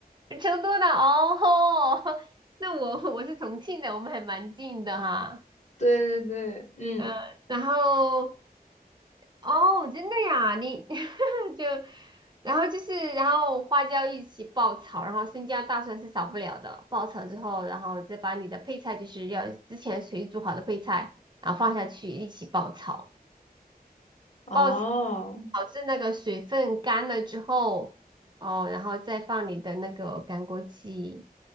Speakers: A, on the right; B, on the left.
A: 的，成都的哦吼。<laughs> 那我我是重庆的，我们还蛮近的哈。
B: 对对对，嗯，
A: 嗯，然后哦，真的呀，你 <laughs> 就然后就是然后花椒一起爆炒，然后生姜大蒜是少不了的。爆炒之后，然后再把你的配菜就是要之前水煮好的配菜，然后放下去一起爆炒。
B: 哦。
A: 哦，导致那个水分干了之后，哦，然后再放你的那个干锅鸡。